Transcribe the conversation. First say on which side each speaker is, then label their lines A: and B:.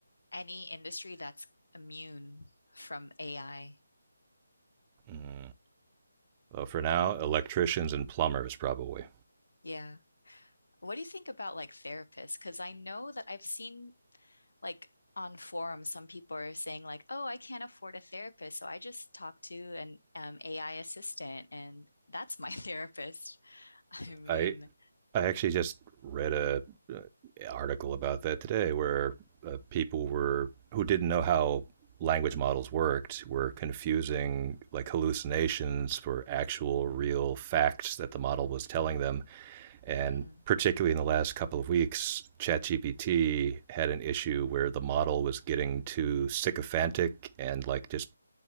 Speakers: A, on the left (about 75°); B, on the right (about 25°).
A: any industry that's immune from AI.
B: Mm. Well, for now, electricians and plumbers probably.
A: Yeah. What do you think about like therapists? Because I know that I've seen like on forums, some people are saying like, "Oh, I can't afford a therapist, so I just talk to an um, AI assistant, and that's my <laughs> therapist." I mean,
B: I I actually just read a, a article about that today, where uh, people were who didn't know how language models worked were confusing like hallucinations for actual real facts that the model was telling them and
A: mm,
B: particularly in the last couple of weeks chatgpt had an issue where the model was getting too sycophantic and like just